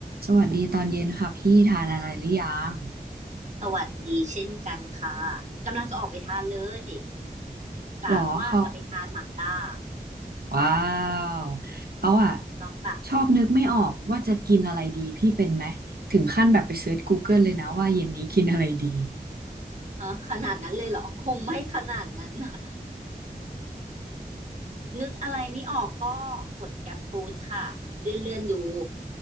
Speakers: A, on the right; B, on the right.
A: สวัสดีตอนเย็นค่ะพี่ทานอะไรหรือยัง
B: สวัสดีเช่นกันค่ะกำลังจะออกไปทานเลยกะว่าจะไปทานหม่าล่า
A: หรอเขาว้าวเขาอะ
B: น้องแบบ
A: ชอบนึกไม่ออกว่าจะกินอะไรดีพี่เป็นไหมถึงขั้นแบบไปเซิร์ช Google เกิลเลยนะว่าเย็นนี้กินอะไรดี
B: ฮะขนาดนั้นเลยเหรอคงไม่ขนาดนั้นนะนึกอะไรไม่ออกก็กดแกรฟู้ค่ะเลื่อนเลื่อนดู